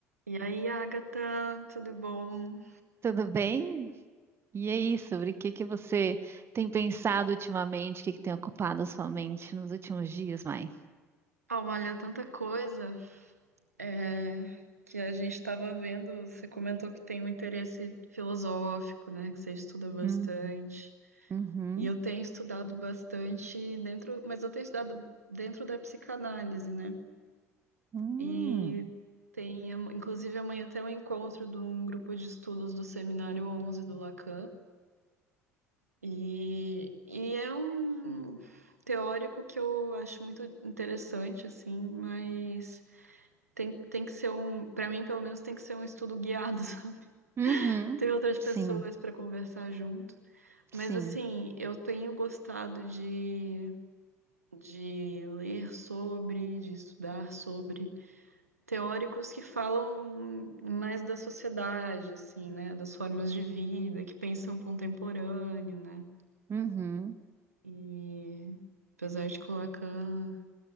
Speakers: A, on the right; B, on the right.
A: E aí, Agatha, tudo bom?
B: Tudo bem? E aí, sobre o que que você tem pensado ultimamente? O que que tem ocupado a sua mente nos últimos dias, Mai?
A: Ah, Olha, tanta coisa é, que a gente estava vendo. Você comentou que tem um interesse filosófico, né? Que você estuda bastante.
B: Uhum. Uhum.
A: E eu tenho estudado bastante dentro, mas eu tenho estudado dentro da psicanálise, né?
B: Hum.
A: E tem, am- inclusive, amanhã tem um encontro de um grupo de estudos do Seminário 11 do Lacan. E, e é um teórico que eu acho muito interessante, assim, mas tem, tem que ser um, para mim, pelo menos, tem que ser um estudo guiado, <laughs> sabe?
B: Uhum.
A: Ter outras
B: Sim,
A: pessoas para conversar junto. Mas,
B: sim.
A: assim, eu tenho gostado de, de ler sobre, de estudar sobre teóricos que falam mais da sociedade, assim, né? Das formas de vida, que pensam contemporâneo, né?
B: Uhum.
A: E apesar de que o Lacan,